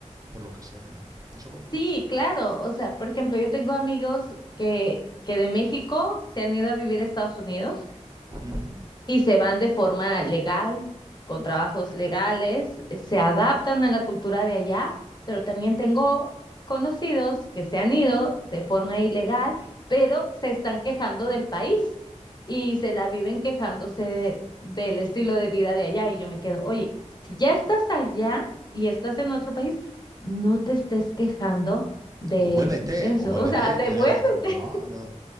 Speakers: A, on the right (about 30°); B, on the left (about 35°).
A: por lo que sea, ¿no? ¿Eso cómo lo
B: Sí,
A: ves?
B: claro. O sea, por ejemplo, yo tengo amigos que, que de México se han ido a vivir a Estados Unidos
A: Uh -huh.
B: y se van de forma legal, con trabajos legales, eh, se adaptan a la cultura de allá, pero también tengo conocidos que se han ido de forma ilegal, pero se están quejando del país y se la viven quejándose de- del estilo de vida de allá y yo me quedo, oye, si ya estás allá y estás en otro país, no te estés quejando de
A: O vuélvete,
B: de eso,
A: o vuélvete,
B: o sea, devuélvete.
A: tiene, no,
B: <laughs>
A: no,